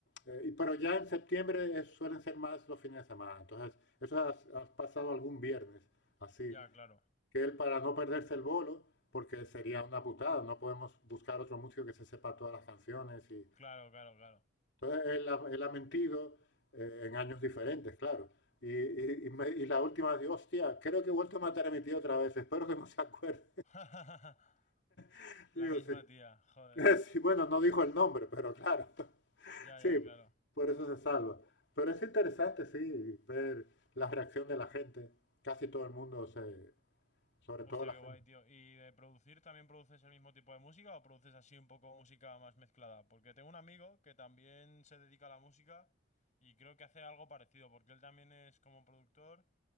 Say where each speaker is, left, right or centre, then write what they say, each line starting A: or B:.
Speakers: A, on the left; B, on the left.
A: eh, y- pero ya en septiembre es- suelen ser más los fines de semana. Entonces, eso ha pasado algún viernes, así
B: Ya, claro.
A: que él para no perderse el bolo, porque sería una putada, no podemos buscar otro músico que se sepa todas las canciones. Y...
B: Claro, claro, claro.
A: Entonces él, ha- él ha mentido eh, en años diferentes, claro. Y, y- y me- y la última, digo, hostia, creo que he vuelto a matar a mi tío otra vez, espero que no se acuerde.
B: <laughs>
A: <laughs>
B: La
A: Digo,
B: misma
A: sí.
B: tía, joder.
A: <laughs> Sí, bueno, no dijo el nombre, pero claro, <laughs>
B: Ya,
A: sí,
B: ya, claro.
A: por eso se salva. Pero es interesante, sí, ver la reacción de la gente. Casi todo el mundo se, sobre
B: Hostia,
A: todo la
B: qué
A: gente.
B: guay, tío. ¿Y de producir también produces el mismo tipo de música o produces así un poco música más mezclada? Porque tengo un amigo que también se dedica a la música y creo que hace algo parecido, porque él también es como productor